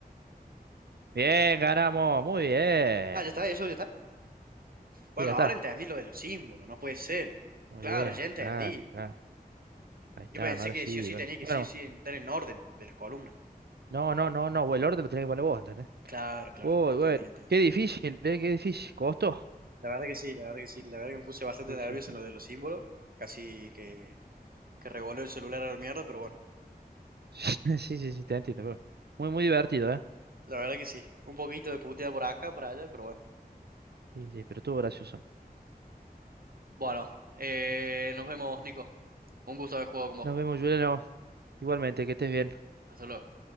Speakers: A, on the right; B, on the right.
A: Bien, ganamos, muy bien.
B: Ah, ya está, eso ya está. Bueno,
A: Sí, ya está.
B: ahora entendí lo de los símbolos, no puede ser.
A: Muy
B: Claro,
A: bien,
B: ya entendí.
A: claro, claro. Ahí está,
B: Yo pensé
A: ahora
B: que
A: sí,
B: sí o sí
A: bueno.
B: tenía que
A: Bueno,
B: sí o sí entrar en orden de las columnas.
A: no, no, no, no, el orden lo tenés que poner vos, ¿entendés?
B: Claro, claro,
A: Uy,
B: entendí,
A: bueno,
B: entendí.
A: qué difícil, ¿eh? Qué difícil. ¿Costó?
B: La verdad que sí, la verdad que sí, la verdad que me puse bastante
A: Sí,
B: nervioso
A: sí, sí.
B: en lo de los símbolos. Casi que, que revolvió el celular a la mierda, pero bueno.
A: <laughs> Sí, sí, sí, te entiendo. pero bueno. Muy, muy divertido, ¿eh?
B: La verdad que sí. Un poquito de puteada por acá, por allá, pero bueno.
A: Sí, sí, pero estuvo gracioso.
B: Bueno, eh, nos vemos, Nico. Un gusto haber jugado con vos.
A: Nos vemos, Juliano. Igualmente, que estés bien.
B: Hasta luego.